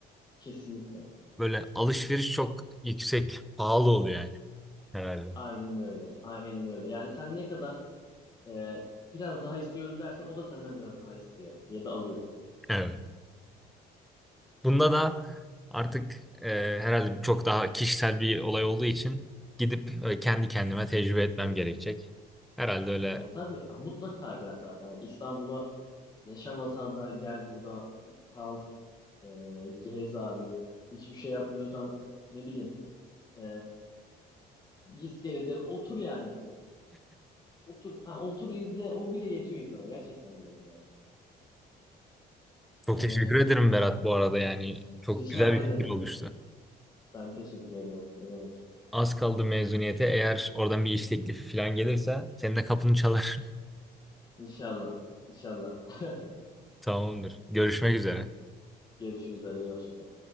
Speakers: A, on the left; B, in the centre.
A: Kesinlikle.
B: Böyle alışveriş çok yüksek, pahalı oluyor yani. Herhalde.
A: Aynen öyle. Aynen öyle. Yani sen ne kadar e, biraz daha istiyorum dersen o da senden biraz daha istiyor ya da alıyor.
B: Evet. Bunda da artık e, herhalde çok daha kişisel bir olay olduğu için gidip e, kendi kendime tecrübe etmem gerekecek. Herhalde öyle.
A: Ya tabii ya mutlaka gel zaten. Yani İstanbul'a yaşamasan da gel burada kal, e, gez abi. Hiçbir şey yapmıyorsan ne bileyim e, bir iskelede otur yani. Otur, ha, otur izle o bile yetiyor insana gerçekten diyorum yani.
B: Çok
A: E,
B: teşekkür ederim Berat bu arada yani
A: <laughs>
B: çok
A: rica
B: güzel bir
A: ederim.
B: fikir oluştu.
A: Ben teşekkür ederim. Ne demek?
B: Az kaldı mezuniyete. Eğer oradan bir iş teklifi falan gelirse senin de kapını çalar.
A: İnşallah. İnşallah. <laughs>
B: <laughs> Tamamdır. Görüşmek üzere.
A: Görüşürüz. Araya hoşça kal.